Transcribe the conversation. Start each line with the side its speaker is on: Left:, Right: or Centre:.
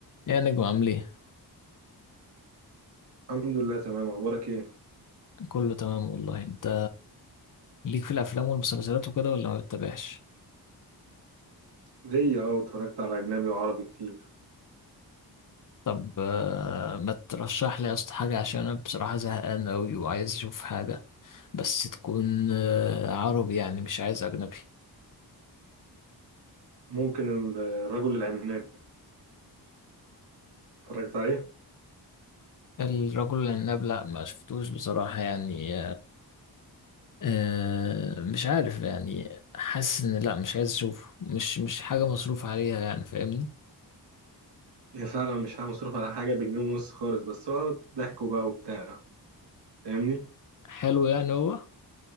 Left: يا نجم عامل ايه
Right: الحمد لله تمام اخبارك ايه
Left: كله تمام والله انت ليك في الافلام والمسلسلات وكده ولا ما بتتابعش
Right: ليا اه اتفرجت على اجنبي وعربي كتير
Left: طب آه، ما ترشح لي يا اسطى حاجه عشان انا بصراحه زهقان قوي وعايز اشوف حاجه بس تكون آه، عربي يعني مش عايز اجنبي
Right: ممكن ال- الرجل العناب اتفرجت عليه
Left: الرجل العناب لا ما شفتوش بصراحه يعني آه، مش عارف يعني حاسس ان لا مش عايز اشوفه مش مش حاجه مصروف عليها يعني فاهمني
Right: هي فعلا مش مصروف على حاجه بجنيه ونص خالص بس هو ضحكه بقى وبتاع فاهمني
Left: حلو يعني هو